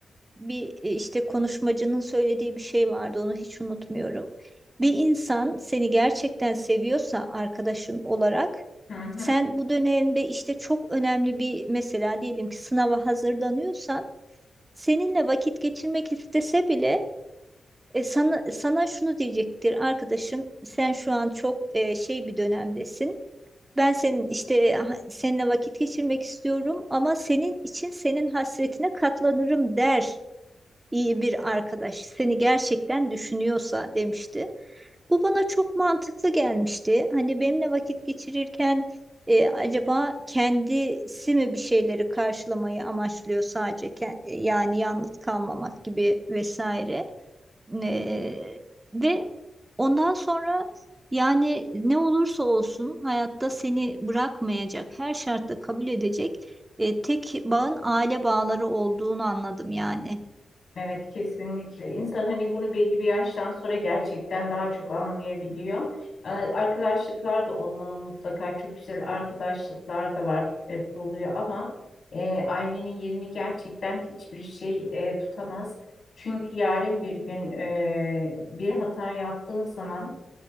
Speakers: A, on the right (about 20°); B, on the left (about 60°).
A: bir e, işte konuşmacının söylediği bir şey vardı onu hiç unutmuyorum. Bir insan seni gerçekten seviyorsa arkadaşın olarak
B: hı hı.
A: sen bu dönemde işte çok önemli bir mesela diyelim ki sınava hazırlanıyorsan seninle vakit geçirmek istese bile e, sana sana şunu diyecektir arkadaşım sen şu an çok e, şey bir dönemdesin. Ben senin işte ha- seninle vakit geçirmek istiyorum ama senin için senin hasretine katlanırım der iyi bir arkadaş seni gerçekten düşünüyorsa demişti. Bu bana çok mantıklı gelmişti. Hani benimle vakit geçirirken e, acaba kendisi mi bir şeyleri karşılamayı amaçlıyor sadece Ke- e, yani yalnız kalmamak gibi vesaire. E, ve ondan sonra yani ne olursa olsun hayatta seni bırakmayacak, her şartta kabul edecek e, tek bağın aile bağları olduğunu anladım yani.
B: Evet kesinlikle. İnsan hani bunu belli bir yaştan sonra gerçekten daha çok anlayabiliyor. Ee, arkadaşlıklar da olmalı mutlaka. Çok güzel arkadaşlıklar da var, e, kuruluyor ama e, ailenin yerini gerçekten hiçbir şey e, tutamaz. Çünkü yarın bir gün e, bir hata yaptığın zaman